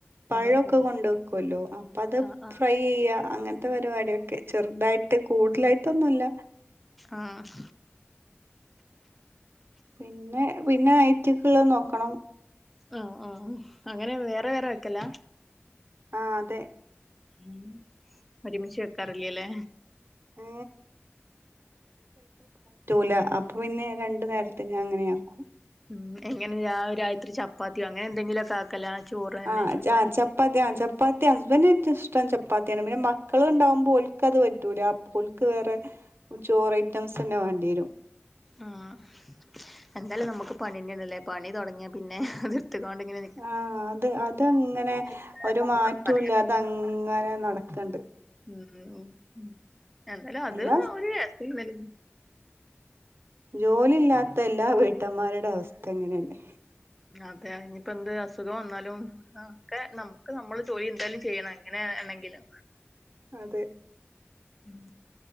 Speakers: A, on the right; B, in the centre.
A: പഴൊക്കെ
B: ഉണ്ടാക്കൂല്ലേ
A: കൊണ്ടക്കൊല്ലോ അപ്പതം
B: ആഹ് ആഹ്
A: ഫ്രൈയാ അങ്ങൻത്തെ പരിവാടിയൊക്കെ ചെർതായിട്ട് കൂട്തലായിട്ടൊന്നുല്ല
B: ആഹ്
A: പിന്നെ പിന്നെ ഐറ്റ്ക്ള്ളത് നോക്കണം
B: ആഹ് ആഹ് അങ്ങനെ വേറെ വേറെ വെക്കലാ
A: ആതെ
B: ഉം ഒരുമിച്ച് വെക്കാറില്യലേ
A: ഏ റ്റൂല അപ്പൊ പിന്നെ രണ്ട് നേര്ത്തിന് അങ്ങനെ ആക്കും
B: ഉം എങ്ങനെ രാവ് രാത്രി ചപ്പാത്ത്യോ അങ്ങനെ എന്തെങ്കിലുക്കെ കലാ ചോറ് തന്നെ
A: ആഹ് ചാച്ച പത്യാൻ ചപ്പാത്തി ഹസ്ബൻ്റ്ക്കിഷ്ട്ടം ചപ്പാത്ത്യാണ് പിന്നെ മക്കള്ണ്ടാവുമ്പോ ഓല്ക്കത് പറ്റൂല ഓൽക്ക് വേറെ ചോറ് ഐറ്റംസന്നെ വാണ്ട്യേരും
B: ആഹ് എന്തായാലും നമുക്ക് പണിന്നേണ്ലേ പണി തൊടങ്ങ്യാ പിന്നെ നിർത്തി കൊണ്ടിങ്ങനെ
A: ആഹ് അതെ അതങ്ങനെ
B: ഇല്ലാത്ത
A: ഒരു
B: സങ്കടം
A: മാറ്റുംല്ല്യാതെ
B: പറയാ
A: അങ്ങനെ നടക്കണ്ട്
B: ഉം ഉം എന്തായാലു അത്
A: എല്ലാ
B: ഒരു അസ്തിമൻ
A: ജോലില്ലാത്ത എല്ലാ വീട്ടമ്മാരുടെ അവസ്ഥ ഇങ്ങനെന്നെ
B: അതെ ഇഞിപ്പന്ത് അസുഖം വന്നാലും ആഹ് ക്കെ നമുക്ക് നമ്മള് ജോലി എന്തായാലും ചെയ്യണം എങ്ങനെണെങ്കിലു
A: അതെ
B: ഉം